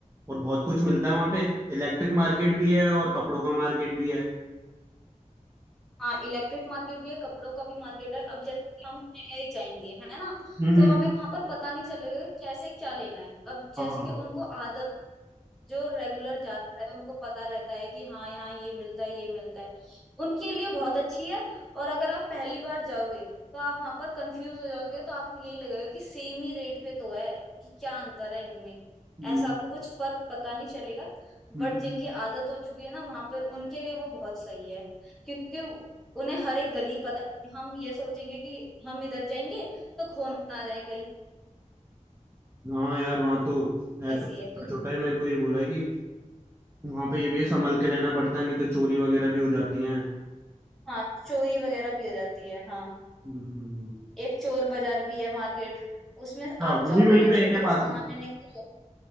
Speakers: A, on the right (about 20°); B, in the centre.
A: और बहुत कुछ मिलता है वहाँ पे इलेक्ट्रिक मार्केट भी है और कपड़ों का मार्केट भी है
B: हाँ इलेक्ट्रिक मार्केट भी है कपड़ों का भी मार्केट है अब जैसे कि हम नए जाएंगे है ना
A: हम्म हम्म,
B: तो हमें वहां पर पता नहीं चलेगा कि कैसे क्या लेना है अब जैसे
A: हाँ
B: कि उनको आदत जो रेगुलर जाते रहते हैं उनको पता रहता है कि हाँ यहाँ ये मिलता है ये मिलता है उनके लिए बहुत अच्छी है और अगर आप पहली बार जाओगे तो आप वहां पर कंफ्यूज हो जाओगे तो आपको यही लगेगा कि सेम ही रेट पे तो है कि क्या अंतर है इनमें
A: हम्म
B: ऐसा आपको कुछ फर्क पता नहीं चलेगा
A: हम्म,
B: बट जिनकी आदत हो चुकी है ना वहां पे उनके लिए वो बहुत सही है क्योंकि उन्हें हर एक गली पता रहती है हम ये सोचेंगे कि हम इधर जाएंगे तो खो ना जाए कहीं
A: हाँ यार वहाँ तो है तो
B: ऐसी
A: छोटा
B: है क्योंकि
A: छोटा ही मेरे को ये बोला है कि वहाँ पे ये भी है संभल के रहना पड़ता है नहीं तो चोरी वगैरह भी हो जाती हैं
B: हाँ चोरी वगैरह भी हो जाती है हाँ
A: हम्म हम्म।
B: एक चोर बाजार भी है मार्केट उसमें
A: अच्छा
B: आप
A: वो
B: जाओगे
A: भी वहीं
B: ना
A: पे है
B: चोरी
A: क्या
B: का
A: पास
B: सामान
A: में
B: लेने के लिए